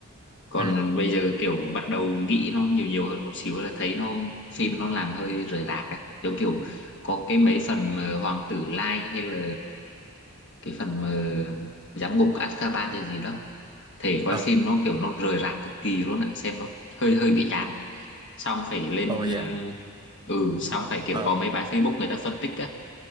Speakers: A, on the left; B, on the right.
A: còn
B: ừ
A: bây giờ kiểu bắt đầu nghĩ nó nhiều nhiều hơn một xíu là thấy nó phim nó làm hơi rời rạc á giống kiểu có cái mấy phần mà Hoàng tử Lai hay là cái phần mà giám ngục Azkaban hay gì đó thể coi
B: ờ
A: phim nó kiểu nó rời rạc cực kỳ luôn ạ xem nó hơi hơi bị chán xong phải lên
B: ôi dạ
A: ờ, ừ xong phải kiểu
B: ờ
A: có mấy bài Facebook người ta phân tích á